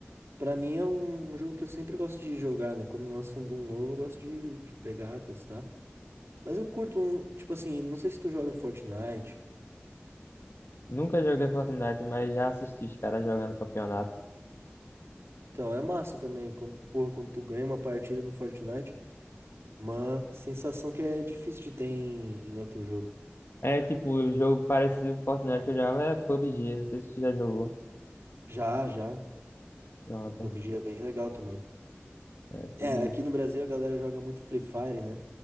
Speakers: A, on the right; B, on the left.
A: pra mim é um, um jogo que eu sempre gosto de jogar, né? Quando lança um Doom novo, eu gosto de, de pegar, testar. Mas eu curto um, tipo assim, não sei se tu joga Fortnite.
B: Nunca joguei Fortnite, mas já assisti os caras jogando campeonato.
A: Então, é massa também, quando, porra, quando tu ganha uma partida no Fortnite, Uma sensação que é difícil de ter em, em outro jogo.
B: É tipo, o jogo parecido com Fortnite que eu jogava é PUBG, não sei se você já jogou.
A: Já, já.
B: Pronto,
A: PUBG é bem legal também.
B: é PUBG.
A: É, aqui no Brasil a galera joga muito Free Fire, né?